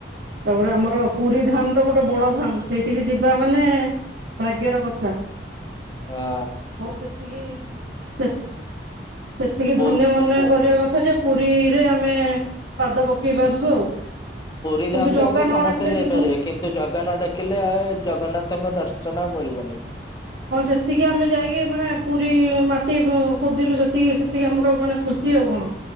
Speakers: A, on the right; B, on the left.
A: ତାପରେ ଆମର ପୁରୀ ଧାମ୍ ତ ଗୋଟେ ବଡ ଧାମ୍ ସେଇଠିକି ଯିବା ମାନେ। ଭାଗ୍ୟର କଥା।
B: ଆ।
A: ମୋର ସେତିକି ସେ ସେତିକି
B: ହଁ
A: ଧନ୍ୟ ମନେ କରିବା କଥା ଯେ ପୁରୀ। ରେ ଆମେ ପାଦ ପକେଇ ପାରିଲୁ ଆଉ।
B: ପୁରୀ
A: କିନ୍ତୁ
B: ଧାମ୍
A: ଜଗା
B: ତ ଆଜ୍ଞା
A: ନ
B: ସମସ୍ତେ
A: ଡାକିଲେ
B: ଯାଇପାରିବେ।
A: ଯିବୁନି
B: କିନ୍ତୁ ଜଗା ନ ଡାକିଲେ ଆଉ ଜଗନ୍ନାଥଙ୍କ ଦର୍ଶନ ଆଉ ମିଳିବନି।
A: ହଁ ସେତିକି ଆମେ ଯାଇକି ମାନେ ପୁରୀ ମାଟି କୋଦିଲୁ ସେତିକି ସେତିକି ଆମର ମାନେ ଖୁସି ଆଉ କଣ।